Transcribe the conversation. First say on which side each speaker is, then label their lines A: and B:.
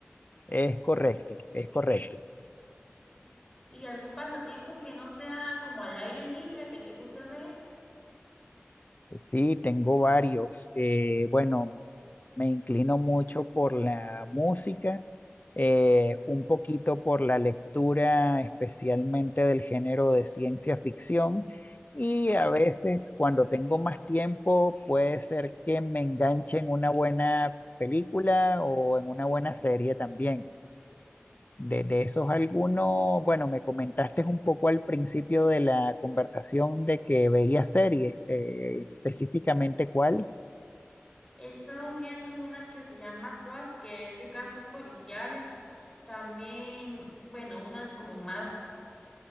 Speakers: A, on the left (about 40°); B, on the left (about 15°).
A: Es correcto, es correcto.
B: ¿Y algún pasatiempo que no sea como al aire libre que te guste hacer?
A: Sí, tengo varios. Eh, bueno, me inclino mucho por la música, eh, un poquito por la lectura, especialmente del género de ciencia ficción. Y a veces, cuando tengo más tiempo, puede ser que me enganche en una buena película o en una buena serie también. De, de esos algunos, bueno, me comentaste un poco al principio de la conversación de que veías series, eh, específicamente cuál.
B: He estado viendo una que se llama SWAT, que es de casos policiales. También, bueno, unas como más.